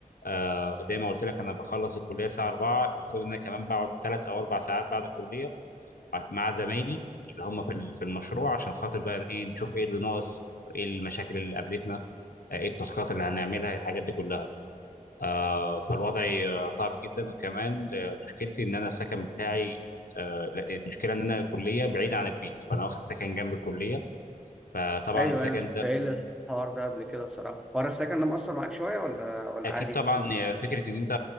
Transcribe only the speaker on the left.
آه زي ما قلت لك انا بخلص الكليه الساعه 4 المفروض ان انا كمان بقعد ثلاث او اربع ساعات بعد الكليه ع- مع زمايلي اللي هم في ال- في المشروع عشان خاطر بقى ايه نشوف ايه اللي ناقص ايه المشاكل اللي قابلتنا آه، ايه التاسكات اللي هنعملها الحاجات دي كلها آه، فالوضع آه، صعب جدا وكمان آه، مشكلتي ان انا السكن بتاعي آه، لا، المشكله ان انا الكليه بعيده عن البيت فانا واخد سكن جنب الكليه فطبعا
السكن
ده
اكيد
طبعا آه، فكره ان انت